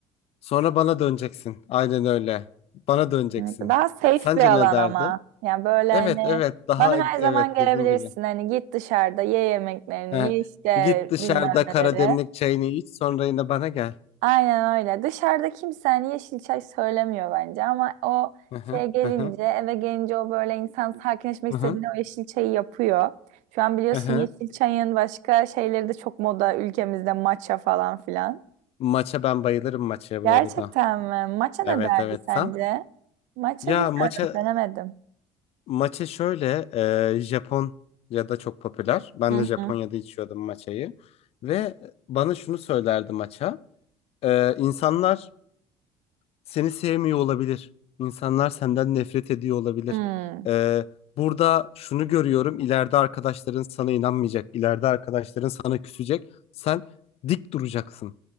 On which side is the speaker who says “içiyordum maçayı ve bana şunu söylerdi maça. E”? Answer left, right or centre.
Left